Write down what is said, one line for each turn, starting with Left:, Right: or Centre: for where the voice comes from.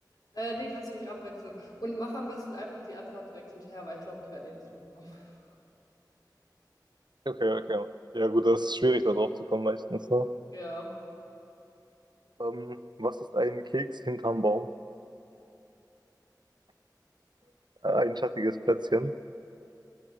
Left: Äh, nee, kannst du ruhig abwechseln. Und mach am besten einfach die Antwort direkt hinterher, weil ich glaube, ich werde eh nicht drauf kommen. <laughs>
Right: Okay, okay. Ja, gut, das ist schwierig, da drauf zu kommen meistens, ne?
Left: Ja.
Right: Ähm, was ist ein Keks hinterm Baum? Äh, ein schattiges Plätzchen.